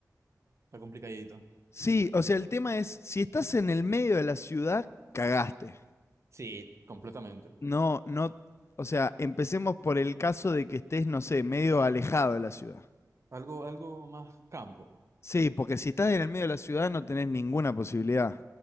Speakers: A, on the right (about 45°); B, on the left (about 40°).
A: está complicadito.
B: Sí, o sea, el tema es, si estás en el medio de la ciudad, cagaste.
A: Sí, completamente.
B: No, no, o sea, empecemos por el caso de que estés, no sé, medio alejado de la ciudad.
A: Algo, algo más campo.
B: Sí, porque si estás en el medio de la ciudad no tenés ninguna posibilidad.